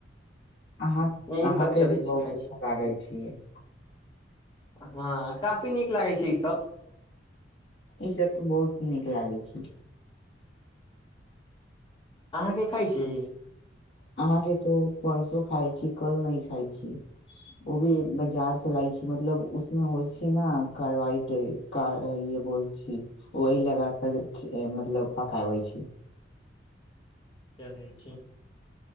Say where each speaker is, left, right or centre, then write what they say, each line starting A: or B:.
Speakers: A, on the left; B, on the left.
A: अहाँ
B: यही
A: अहाँके
B: सब चलै
A: भी
B: छै
A: बहुत
B: खाय
A: अच्छा
B: छी
A: लागै छियै
B: हँ काफी नीक लागै छै ई सब
A: ई सब तऽ बहुत नीक लागै छै
B: अहाँके खाय छी
A: अहाँके तो परसो खाइ छी कल नहि खाइ छी ओ भी बाजारसँ लाइ छी मतलब उसमे होइ छै ने कारवाइट कार य बोल छी वही लगा कर मतलब पकाबै छी
B: चलै छी